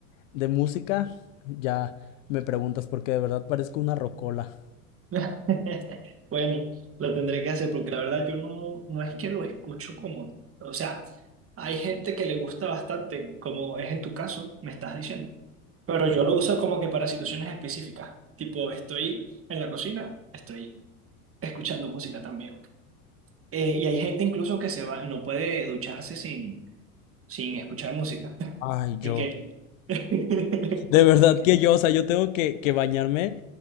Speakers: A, on the left; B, on the right.
A: de música, ya me preguntas, porque de verdad parezco una rocola.
B: <laughs> Bueno, lo tendré que hacer porque la verdad yo no, no es que lo escucho como, o sea, hay gente que le gusta bastante, como es en tu caso, me estás diciendo, pero yo lo uso como que para situaciones específicas, tipo estoy en la cocina, estoy escuchando música también. Eh, y hay gente incluso que se va, no puede ducharse sin, sin escuchar música. <laughs>
A: Ay, yo.
B: Y que... <laughs>
A: De verdad que yo, o sea, yo tengo que, que bañarme.